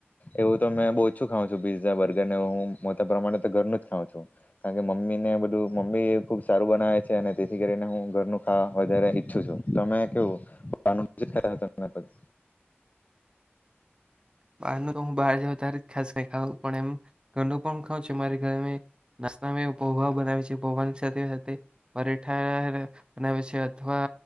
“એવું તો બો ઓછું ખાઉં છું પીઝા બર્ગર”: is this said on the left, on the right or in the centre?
Left